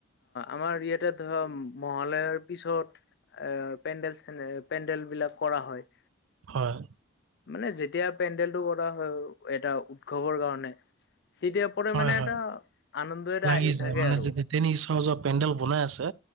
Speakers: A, on the left; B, on the right.
A: আমাৰ ইয়াতে ধৰা মহালয়াৰ পিছত এ পেণ্ডেল চে পেণ্ডেলবিলাক কৰা হয়।
B: হয়।
A: মানে যেতিয়া পেণ্ডেলটো কৰা হয় এটা উৎসৱৰ কাৰণে। তেতিয়াৰ পৰা
B: হয়
A: মানে
B: হয়
A: এটা আনন্দ এটা
B: লাগি
A: আহি
B: যায়
A: থাকে
B: মানে
A: আৰু
B: <unintelligible> পেণ্ডেল বনাই আছে